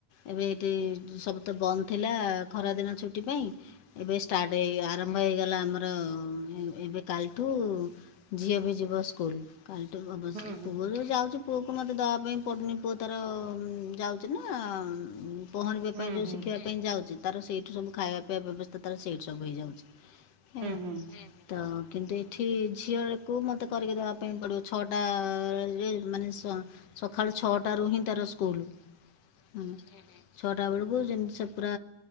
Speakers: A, on the left; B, on the right.
A: ଏବେ ଏଇଠି ସବୁ ତ ବନ୍ଦ ଥିଲା ଖରାଦିନ ଛୁଟି ପାଇଁ ଏବେ ଷ୍ଟାଟ ହେଇ ଆର ମ୍ଭ ହେଇଗଲା ଆମର ଏବେ କାଲିଠୁ ଝିଅ ବି ଯିବ ସ୍କୁଲ। କାଲି ତ ଅବଶ୍ୟ
B: ହୁଁ ହୁଁ
A: ପୁଅ ବି ଯାଉଛି ପୁଅକୁ ମୋତେ ଦେବା ପାଇଁ ପଡ଼ୁନି ପୁଅ ତାର ଯାଉଛି ନା ପହଁରିବା
B: ହୁଁ
A: ପାଇଁ ଯେଉଁ
B: ହୁଁ ହୁଁ
A: ଶିଖିବା ପାଇଁ ଯାଉଛି ତାର ସେଇଠୁ ସବୁ ଖାଇବା ପିଇବା ବ୍ୟବସ୍ଥା ତାର ସେଇଠି ସବୁ ହେଇଯାଉଛି। ହଁ।
B: ହୁଁ
A: ତ କିନ୍ତୁ ଏଠି ଝିଅକୁ ମୋତେ କରିକି ଦେବା ପାଇଁ ପଡ଼ିବ ଛଅଟା <unintelligible> ମାନେ ତା ସକାଳ ଛଅଟାରୁ ହିଁ ତାର ସ୍କୁଲ, ହୁଁ। ଛଅଟା ବେଳକୁ ଜିନିଷ ପୁରା